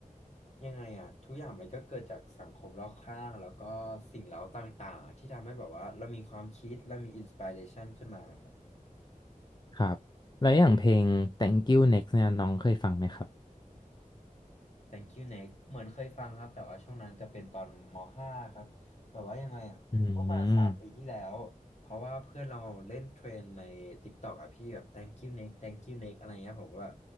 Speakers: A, on the left; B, on the left.
A: ยังไงอ่ะทุกอย่างมันก็เกิดจากสังคมรอบข้างแล้วก็สิ่งเร้าต่างๆที่ทำให้แบบว่าเรามีความคิดเรามีอินสปิเรชันขึ้นมาครับ
B: ครับแล้วอย่างเพลง Thank You Next เนี่ยน้องเคยฟังไหมครับ
A: Thank you Next เหมือนเคยฟังครับแต่ว่าช่วงนั้นจะเป็นตอนม .5 ครับแบบว่ายังไงอ่ะประมาณสามปีที่แล้วเพราะว่าเพื่อนเราเล่นเทรนใน
B: อืม
A: TikTok อ่ะพี่แบบ Thank you Next Thank you Next อะไรเงี้ยผมก็ว่า